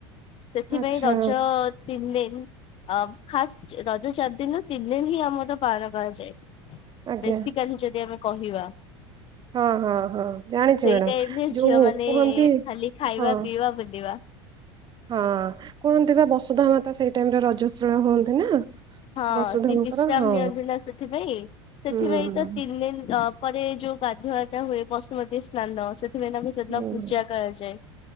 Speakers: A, on the left; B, on the right.
A: ସେଥିପାଇଁ
B: ଆଚ୍ଛା
A: ରଜ ତିନ୍ ଦିନ୍ ଅ ଖାସ୍ ଯେ ରଜ ଚାରି ଦିନରୁ ତିନ୍ ଦିନ୍ ହିଁ ଆମର ପାଳନ କଆଯାଏ।
B: ଆଜ୍ଞା
A: ବେଶିକାଲି ଯଦି ଆମେ କହିବା
B: ହଁ ହଁ ହଁ ଜାଣିଛି
A: ସେଇ
B: ମ୍ୟାଡ଼ାମ
A: ଟାଇମ୍ ଏ
B: ଯୋଉ
A: ଝିଅ ମାନେ
B: କୁହନ୍ତି
A: ଖାଲି ଖାଇବା,
B: ହଁ
A: ପିଇବା, ବୁଲିବା।
B: ହଁ କୁହନ୍ତି ପା ବସୁଧା ମାତା ସେଇ ଟାଇମରେ ରଜଶୀଳ ହୁଅନ୍ତି ନା?
A: ହ
B: ବସୁଧାଙ୍କର
A: ସିଏ ବିଶ୍ରାମ
B: ହଁ
A: ନିଅନ୍ତି ନା ସେଥିପାଇଁ ସେଥିପାଇଁ
B: ହୁଁ
A: ତ ତିନି ଦିନ୍ ଅ ପରେ ଯୋଉ ଗାଧୁଆ ଆଦା ହୁଏ ବଶୁପତି ସ୍ନାନ ସେଥିପାଇଁ ତାଙ୍କୁ ସେଦିନ୍
B: ହୁଁ
A: ପୂଜା କରାଯାଏ